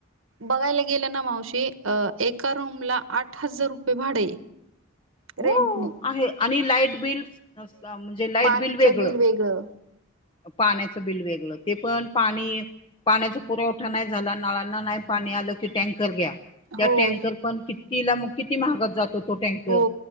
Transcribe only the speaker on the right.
बघायला गेलं ना मावशी अ एका रूम ला आठ हजार रुपये भाडे रेंटने
पाणीचं
वेगळं
हो
हो